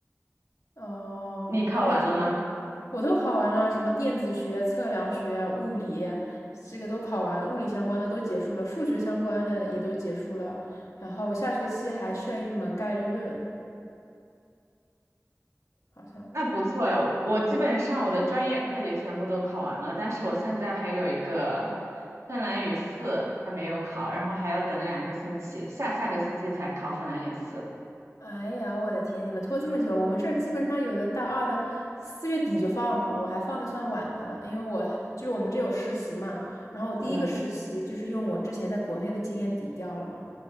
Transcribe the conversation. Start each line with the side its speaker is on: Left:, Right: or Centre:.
Left: 哦，
Right: 你考完了吗？
Left: 还没结束，我都考完了，什么电子学、测量学、物理，这个都考完了，物理相关的都结束了，数学相关的也都结束了。然后下学期还剩一门概率论，好像。
Right: 那不错呀，我基本上我的专业课也全部都考完了，但是我现在还有一个芬兰语四还没有考，然后还要等两个星期，下下个星期才考芬兰语四。
Left: 哎呀，我的天！你们拖这么久，我们这儿基本上有的大二的四月底就放了，我还放的算晚的了，因为我就是我们这有实习嘛，然后我第一个实习就是用我之前在国内的经验抵掉了嘛，
Right: 嗯，